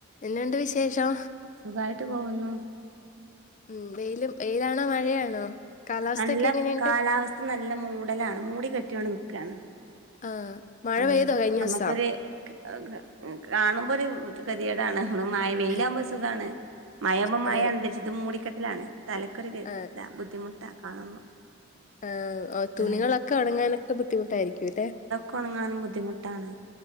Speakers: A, on the left; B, on the right.
A: എന്നാണ്ട് വിശേഷോ
B: സുഖായിട്ട് പോകുന്നു
A: ഉം വെയിലും വെയിലാണോ മഴയാണോ കാലാവസ്ഥയൊക്കെ
B: നല്ല
A: എങ്ങനെയുണ്ട്
B: കാലാവസ്ഥ നല്ല മൂടലാണ് മൂടി കെട്ടിയാവിടെ നി ക്കാണ്
A: ആ മഴ
B: ആ
A: പെയ്തോ കഴിഞ്ഞ
B: നമ്മുക്കൊരു
A: ദിവസം
B: ഏഹ് കാണുമ്പോ ഒരു ബു <unintelligible> ടാണ് ഒന്ന് മയ വെയിലാവുമ്പോ
A: ഉം,
B: സുഖാണ് മയമ്പോ മയായാണ്
A: അതെ
B: <unintelligible> മൂടിക്കെട്ടലാണ് തല ക്കൊരു ഇതാ
A: ആ,
B: ബുദ്ധിമുട്ട കാണുമ്പോ
A: ആ ഓ തുണികളൊക്കെ
B: ആഹ്
A: ഉണങ്ങാനൊക്കെ ബുദ്ധിമുട്ടായിരിക്കുല്ലെ
B: കോണങ്ങാനും ബുദ്ധിമുട്ടാണ്